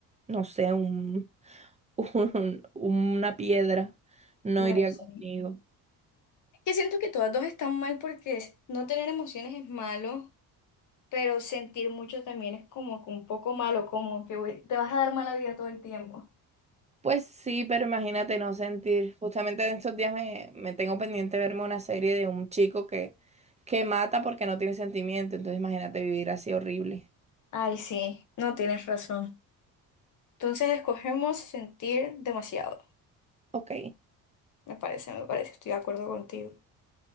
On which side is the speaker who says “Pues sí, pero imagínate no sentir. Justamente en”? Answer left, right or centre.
Right